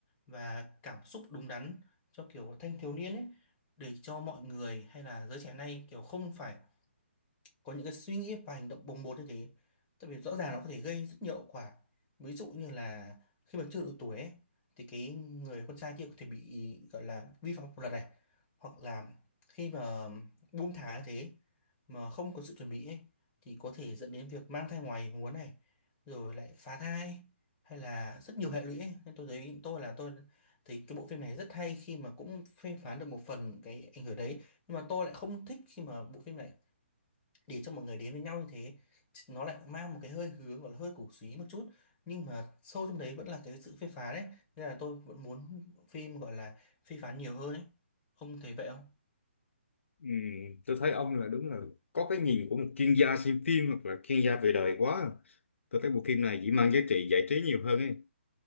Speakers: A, on the left; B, on the left.
A: và cảm xúc đúng đắn cho kiểu thanh thiếu niên ấy để cho mọi người hay là giới trẻ nay kiểu không phải có những cái suy nghĩ và hành động bồng bột như thế tại vì rõ ràng nó có thể gây rất nhiều hậu quả ví dụ như là khi mà chưa đủ tuổi ấy, thì cái người con trai kia có thể bị gọi là vi phạm pháp luật này hoặc là khi mà buông thả như thế mà không có sự chuẩn bị ấy, thì có thể dẫn đến việc mang thai ngoài muốn này rồi lại phá thai hay là rất nhiều hệ lụy ấy. nên tôi thấy tôi là tôi thì cái bộ phim này rất hay khi mà cũng phê phán được một phần cái ảnh hưởng đấy nhưng mà tôi lại không thích khi mà bộ phim này để cho mọi người đến với nhau như thế nó lại mang một cái hơi hướng gọi là hơi cổ súy một chút nhưng mà sâu trong đấy vẫn là cái sự phê phán ấy nên là tôi vẫn muốn phim gọi là phê phán nhiều hơn ấy ông thấy vậy không
B: Ừm, tôi thấy ông là đúng là có cái nhìn của một chuyên gia xem phim hoặc là chuyên gia về đời quá. Tôi thấy bộ phim này chỉ mang giá trị giải trí nhiều hơn ấy.